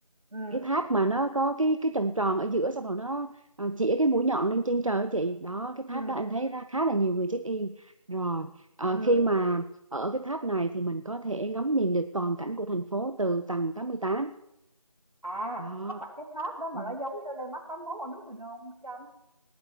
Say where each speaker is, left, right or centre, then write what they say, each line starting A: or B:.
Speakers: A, on the right; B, on the right.
A: ừ
B: cái tháp mà nó có cái cái tròn tròn ở giữa xong rồi nó à, chĩa cái mũi nhọn lên trên trời á chị đó cái
A: ừ
B: tháp đó em thấy
A: ừ
B: ra khá là nhiều người check in rồi ờ,
A: ừ
B: khi mà ở cái tháp này thì mình có thể ngắm nhìn được toàn cảnh của thành phố từ tầng tám mươi tám
A: à
B: đó
A: có phải cái tháp đó mà
B: Ừ.
A: nó giống như Landmark 81 ở nước mình không Trâm